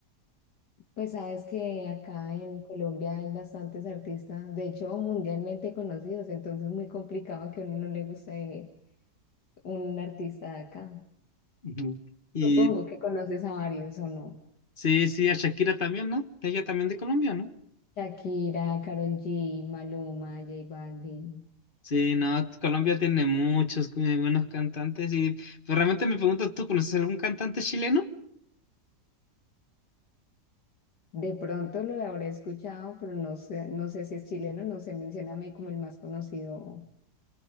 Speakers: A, on the left; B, on the left.
A: Pues sabes que acá en Colombia hay bastantes artistas, de hecho mundialmente conocidos, entonces es muy complicado que a uno no le guste un artista de acá.
B: Ujú. Y
A: Supongo que conoces a varios o no.
B: sí, sí, a Shakira también, ¿no? Ella también de Colombia, ¿no?
A: Shakira, Karol G, Maluma, J Balvin.
B: Sí, no, Colombia tiene muchos muy buenos cantantes y pero realmente me pregunto, ¿tú conoces algún cantante chileno?
A: De pronto lo habré escuchado, pero no sé, no sé si es chileno, no se menciona a mí como el más conocido.